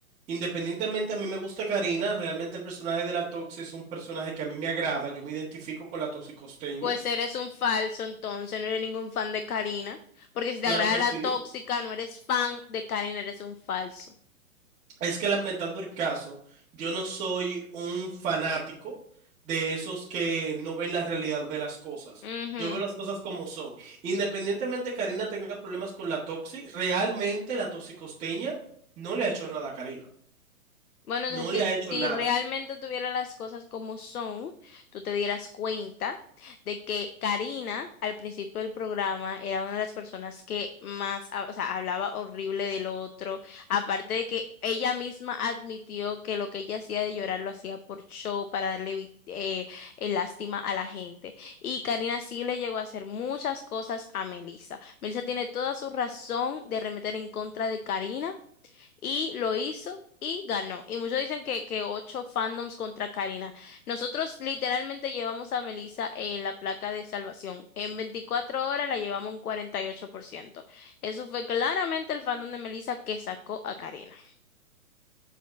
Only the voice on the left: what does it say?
Pues eres un falso entonces, no eres ningún fan de Karina, porque si te
agrada
la
tóxica, no eres fan de Karina, eres un falso.
Ujú.
Bueno,
entonces si,
si
realmente tuviera las cosas como son, tú te dieras cuenta de que Karina al principio del programa era una de las personas que más, ha- o sea, hablaba horrible del otro, aparte de que ella misma admitió que lo que ella hacía de llorar lo hacía por show, para darle vi- eh, eh, lástima a la gente. Y Karina sí le llegó a hacer muchas cosas a Melissa. Melissa tiene toda su razón de remeter en contra de Karina y lo hizo y ganó. Y muchos dicen que, que ocho fandoms contra Karina. Nosotros literalmente llevamos a Melissa en la placa de salvación. En 24 horas la llevamos un cuarenta y ocho por ciento Eso fue claramente el fandom de Melissa que sacó a Karina.